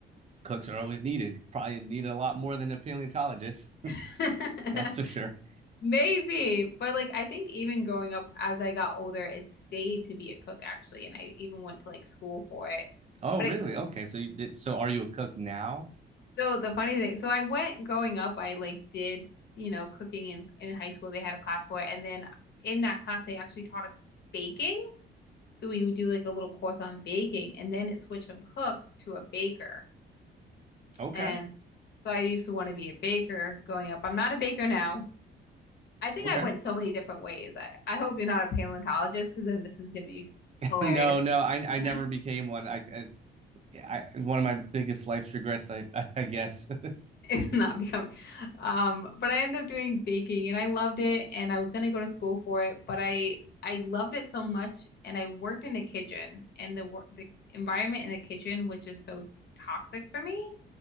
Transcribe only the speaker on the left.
<laughs>
Maybe, but like I think even going up as I got older, it stayed to be a cook actually, and I even went to like school for it.
But
it
so the funny thing, so I went growing up, I like did, you know, cooking in in high school, they had a class for it, and then in that class they actually taught us baking. So we would do like a little course on baking, and then it switched from cook to a baker.
And so I used to want to be a baker going up. I'm not a baker now. I think
I went
so many different ways. I, I hope you're not a paleontologist because then this is going to be hilarious.
<laughs>
It's not becoming. Um, but I ended up doing baking and I loved it and I was going to go to school for it, but I I loved it so much and I worked in the kitchen and the the environment in the kitchen was just so toxic for me